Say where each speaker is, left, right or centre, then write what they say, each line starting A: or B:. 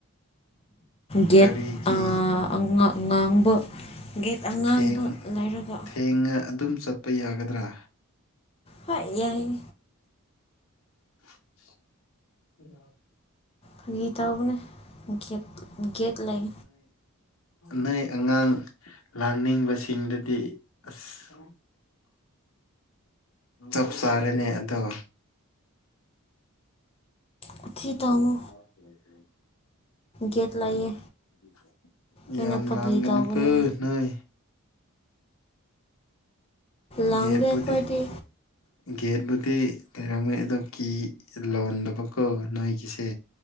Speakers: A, on the left; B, on the left.
A: ꯒꯦꯠ
B: ꯀꯔꯤꯒꯤ
A: ꯑ ꯑꯉꯥꯡ ꯑꯉꯥꯡꯕ ꯒꯦꯠ ꯑꯉꯥꯡꯕ
B: ꯊ‌ꯦꯡ
A: ꯂꯩꯔꯒ
B: ꯊꯦꯡꯉ ꯑꯗꯨꯝ ꯆꯠꯄ ꯌꯥꯒꯗ꯭ꯔꯥ
A: ꯍ‌ꯣꯏ ꯌꯥꯏꯌ‌ꯦ꯫
B: <inaudible>
A: ꯐꯒꯤ ꯇꯧꯕꯅꯦ ꯒꯦꯠ ꯒꯦꯠ ꯂꯩ꯫
B: ꯅ‌ꯣꯏ ꯑꯉꯥꯡ ꯂꯥꯡꯅꯤꯡꯕꯁꯤꯡꯗꯨꯗꯤ ꯑꯁ꯫ ꯆꯞ ꯆꯥꯔꯦꯅꯦ ꯑꯗ‌ꯣ꯫
A: ꯋꯥꯊꯤ ꯇꯧꯅꯨ
B: <inaudible>
A: ꯒꯦꯠ ꯂꯩꯌꯦ
B: <unintelligible>
A: ꯑꯩꯅ
B: ꯌꯥꯝ
A: ꯐꯥꯒꯤ
B: ꯂꯥꯡꯒꯅꯨꯀ‌ꯣ
A: ꯇꯧꯕꯅꯦ
B: ꯅꯣꯏ
A: ꯂꯥꯡꯗꯦ
B: ꯒꯦꯠꯕꯨꯨꯗꯤ
A: ꯑꯩꯈꯣꯏꯗꯤ
B: ꯒꯦꯠꯕꯨꯨꯗꯤ ꯂꯩꯔꯝꯅꯤ ꯑꯗ‌ꯣ ꯀꯤ ꯆꯤꯜ ꯂꯣꯟꯗꯕꯀ‌ꯣ ꯅꯣꯏꯒꯤꯁꯦ꯫